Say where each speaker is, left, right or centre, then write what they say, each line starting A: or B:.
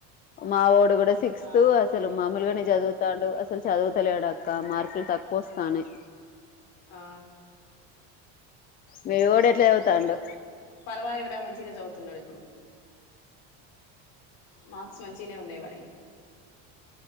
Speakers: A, on the left (about 25°); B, on the left (about 55°).
A: మా వోడ్ డూ గూడా సిక్త్
B: ఆ
A: అసలు మామూలుగానే చదువు స్తాడు అసలు చదువుతలేడుక్క మార్కులు తక్కువ వస్తానయి.
B: ఆ
A: మీ వోడు ఎట్లా చదువుతాండు
B: పర్వాలేదురా మంచిగనే చదువుతున్నడు ఇప్పుడు. మార్క్స్ మంచిగనే ఉన్నయి వాడియి.